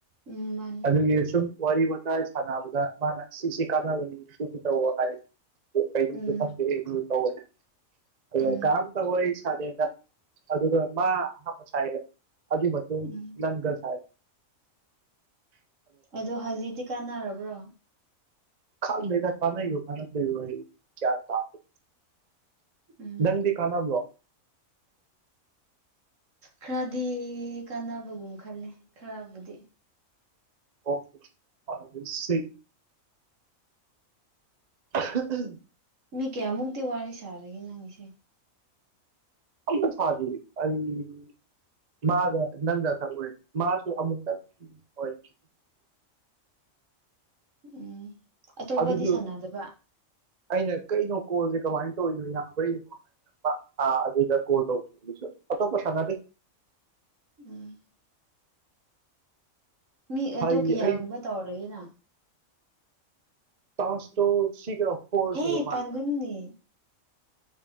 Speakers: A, on the right (about 65°); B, on the right (about 35°).
A: ꯎꯝ ꯃꯥꯅꯤ
B: ꯑꯗꯨꯒꯤ ꯁꯨꯝ__ ꯋꯥꯔꯤ ꯋꯥꯇꯥꯏ ꯁꯥꯟꯅꯕꯗ ꯃꯥꯅ ꯁꯤꯁꯤ ꯀꯥꯟꯅꯕꯅꯤ ꯁꯤꯁꯨ ꯇꯧꯋꯣ ꯍꯥꯏ꯫ <unintelligible>
A: ꯎꯝ ꯎꯝ
B: ꯀꯥꯅꯥꯝꯇ ꯋꯥꯔꯤ ꯁꯥꯗꯦ ꯑꯗꯨꯒ ꯃꯥ ꯑꯍꯥꯟꯕ ꯁꯥꯌꯦ ꯑꯗꯨꯏ ꯃꯇꯨꯡ
A: ꯎꯝ
B: ꯅꯪ ꯁꯥꯢ
A: ꯑꯗꯣ ꯍꯧꯖꯤꯛꯇꯤ ꯀꯥꯟꯅꯥꯔꯕ꯭ꯔꯣ꯫
B: ꯈꯪꯗꯦꯗ ꯀꯥꯅꯩꯔꯣ ꯀꯅꯥꯗ꯭ꯔꯤꯔꯣ ꯑꯩ ꯒ꯭ꯌꯥꯟ ꯇꯥꯗꯦ
A: ꯎꯝ
B: ꯅꯪꯗꯤ ꯀꯥꯅꯕ꯭ꯔꯣ
A: ꯈꯔꯗꯤ ꯀꯥꯟꯅꯕꯒꯨꯝ ꯈꯜꯂꯦ ꯈꯔꯕꯨꯗꯤ
B: ꯑꯣ <unintelligible> ꯎꯝ
A: ꯃꯤ ꯀꯌꯥꯃꯨꯛꯇꯤ ꯋꯥꯔꯤ ꯁꯥꯔꯒꯦ ꯅꯪꯒꯤ ꯁꯦ
B: ꯑꯃꯇꯥ ꯁꯥꯗꯤꯌꯦ ꯑꯩ ꯃꯥꯒ ꯅꯪꯒ ꯈꯛ ꯑꯣꯏ ꯃꯥꯁꯨ ꯑꯃꯨꯛꯇꯪ ꯑꯣꯏ
A: ꯎꯝ ꯑꯇꯣꯞꯄꯗꯤ
B: ꯑꯗꯨꯁꯨ
A: ꯁꯥꯟꯅꯗꯕ
B: ꯑꯩꯅ ꯀꯩꯅꯣ ꯀꯣꯜꯁꯦ ꯀꯃꯥꯏꯅ ꯇꯧꯔꯤꯅꯣ ꯌꯥꯝꯕ꯭ꯔꯥ ꯌꯦꯡꯉꯣ <unintelligible> ꯑꯥ ꯑꯗꯨꯗ ꯀꯣꯜ ꯇꯧꯕ ꯑꯗꯨꯁꯨ ꯑꯇꯣꯞꯄꯥ ꯁꯥꯟꯅꯗꯦ
A: ꯎꯝ ꯃꯤ ꯑꯗꯨ
B: ꯍꯩ
A: ꯀꯌꯥꯒꯨꯝꯕ
B: ꯑꯩ
A: ꯇꯧꯔꯒꯦꯅ
B: ꯇꯥꯁꯛꯇꯣ ꯁꯤꯒ ꯐꯣꯔ
A: ꯍꯦ
B: ꯁꯨꯕ ꯃꯥꯜꯂꯦ
A: ꯄꯟꯒꯅꯨꯅꯦ